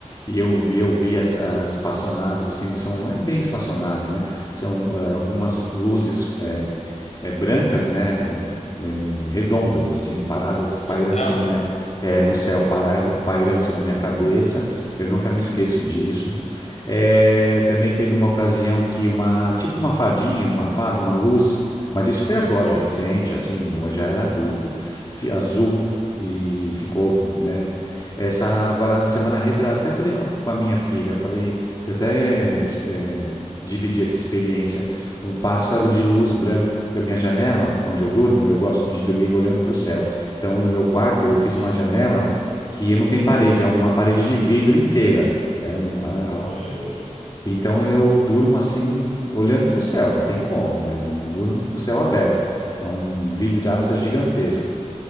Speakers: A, on the left; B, on the left.
A: E eu, e eu vi as, as espaçonaves, assim, são, é bem espaçonave, né? São é, algumas luzes é, brancas, né? é, redondas, assim, paradas pairando
B: No céu?
A: sobre minha, é, no céu, parai- pairando sobre minha cabeça. Eu nunca me esqueço disso. É, também teve uma ocasião que uma, tipo uma fadinha, uma fada, uma luz, mas isso foi agora,
B: Uhum.
A: recente, assim, não- eu já era adulto, fi- azul. E ficou, né? Essa agora semana retrasada, até falei com a, com a minha filha, eu falei, eu até eh, dividi essa experiência um pássaro de luz branco. Porque a minha janela, onde eu durmo, eu gosto de dormir olhando para o céu. Então, no meu quarto, eu fiz
B: Sim.
A: uma janela que não tem parede, é uma parede de vidro inteira. É um, a-
B: Hum.
A: a- então eu durmo assim, olhando para o céu, não tem como, né? Eu durmo com o céu aberto. É um vidraça gigantesca.